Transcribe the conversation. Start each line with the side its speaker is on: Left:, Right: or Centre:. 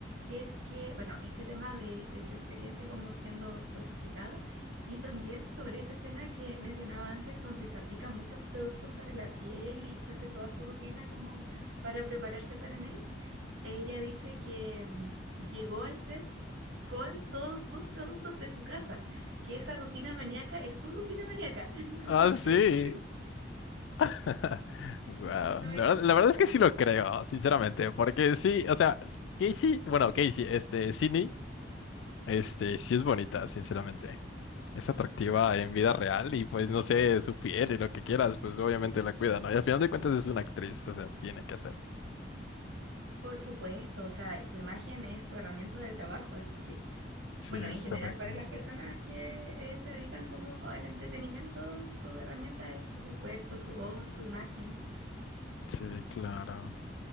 Right: es que, bueno, este tema de, de su experiencia como siendo cosificada y también sobre esa escena que mencionaba antes donde se aplica muchos productos para la piel y se hace toda su rutina como para prepararse para Nate. Ella dice que mm, llegó al set con todos sus productos de su casa, que esa rutina maníaca es su rutina maníaca, <laughs> como
Left: Ah, sí.
Right: que
Left: <laughs> Guau,
Right: no era
Left: La verdad,
Right: un
Left: la
Right: montaje.
Left: verdad es que sí lo creo, sinceramente, porque sí, o sea, Casey, bueno, Casey, este, Sydney, este, sí es bonita, sinceramente. Es atractiva en vida real y pues no sé, su piel y lo que quieras, pues obviamente la cuida, ¿no? Y al final de cuentas es una actriz, o sea, tiene que hacerlo.
Right: Por supuesto, o sea, su imagen es su herramienta de trabajo, así que,
Left: Sí,
Right: bueno,
Left: es
Right: en general
Left: correcto.
Right: para las personas que eh, se dedican como al entretenimiento, su herramienta es su cuerpo, su voz, su imagen.
Left: Sí, claro.